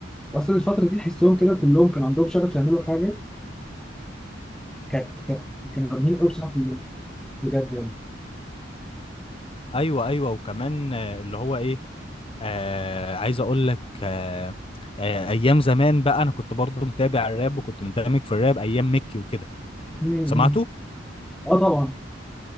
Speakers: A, in the centre; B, on the left (about 30°).
A: أصل الفترة دي تحسهم كده كلهم كان عندهم شغف يعملوا حاجة كانت كانت كانوا جامدين أوي بصراحة كلهم بجد يعني
B: ايوه ايوه وكمان آه، اللي هو ايه آه عايز اقول لك آه آه ايام زمان بقى انا كنت برضو متابع الراب وكنت مندمج في الراب ايام ميكي وكده
A: مم.
B: سمعته
A: أه طبعا